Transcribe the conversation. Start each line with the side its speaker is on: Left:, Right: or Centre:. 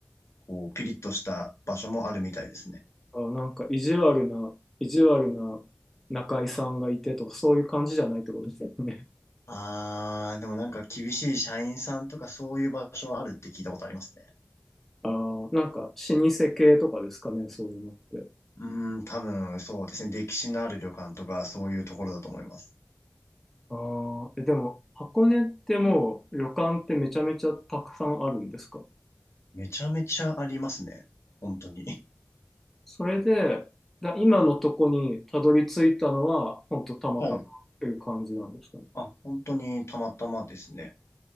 Left: こう、ピリッとした場所もあるみたいですね。
Centre: あ、なんか、意地悪な、意地悪な中居さんがいてとか、そういう感じじゃないってことですよね。
Left: あー、でもなんか厳しい社員さんとかそういう場所はあるって聞いたことありますね。
Centre: <laughs> ああ、なんか、老舗系とかですかね、そういうのって。
Left: うーん、多分そうですね。歴史のある旅館とかそういうところだと思います。
Centre: ああ、え、でも、箱根ってもう旅館ってめちゃめちゃたくさんあるんですか
Left: めちゃめちゃありますね。本当に。
Centre: それで、だ今のとこにたどり着いたのは、ほんとたまたまっていう感じなんですかね。
Left: はい。あ、本当にたまたまですね。